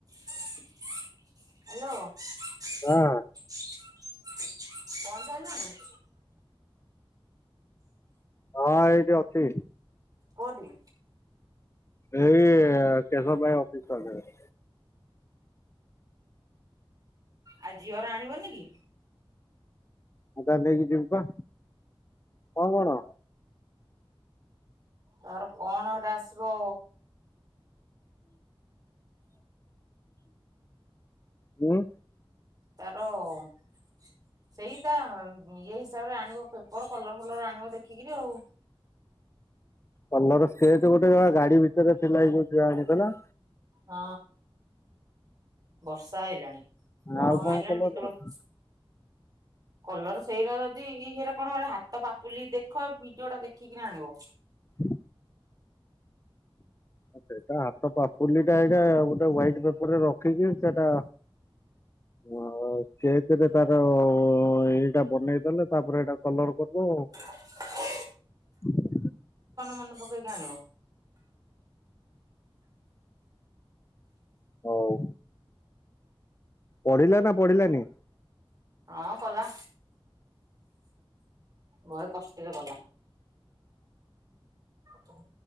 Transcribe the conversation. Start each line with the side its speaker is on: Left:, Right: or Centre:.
Right: Hello. ପହଞ୍ଚି
Left: ହଁ
Right: ସାଇଲୁଣି?
Left: ହଁ ଏଇଟି ଅଛି।
Right: କୋଉଠି?
Left: ଏଇ କେଶବ ଭାଇ ଅଫିସ୍ ପାଖରେ।
Right: ଆ, ଝିଅର ଆଣିବନି କି?
Left: ଆଉ ତାର ନେଇକି ଯିବି ପା କଣ କଣ?
Right: ତାର କଣ ହେଟା ଆସିବ
Left: ହୁଁ
Right: ତାର ସେଇ ତା ଇଏ ହିସାବରେ ଆଣିବ ପେପର କଲର ଫଲର ଆଣିବ ଦେଖିକିରି ଆଉ।
Left: କଲର ସ୍କେଚ ଗୋଟେ <unintelligible> ଗାଡି ଭିତରେ ଥିଲା ଏଇ କୋଉଠି ଥୁଆ ହେଇଥିଲା।
Right: ହଁ ବର ର୍ଷା ଆଇଲାଣି ଚଡକ
Left: ଆଉ କଣ
Right: ମାଇଲାଣି
Left: କଲର
Right: କେତେବେଳୁ
Left: ନା
Right: କଲର ସେଇରା ଯଦି ହେ଼ଇରା କଣ ଏରା ହାତ ପାପୁଲି ଦେଖ ଭିଡିଓଟା ଦେଖିକିନା ଆଣିବ।
Left: ହ ଆ ସେଇଟା ହାତ ପାପୁଲିଟା ଏଇଟା ଗୋଟେ ହୁୱାଇଟ୍ ପେପରରେ ରଖିକି ସେଟା ଆଉ ସ୍କେଚରେ ତାର ଅ ଏଇଟା ବନେଇଦଲେ ତାପରେ ଏଇଟା କଲର କରିଦବ ଆଉ।
Right: ହ
Left: ହୁଁ
Right: ମନେ ପକେଇକି ଆଣିବ
Left: ହଉ ପଢିଲା ନା ପଢିଲାନି?
Right: ହଁ କଲା। ବହେ କଷ୍ଟରେ କଲା। ହ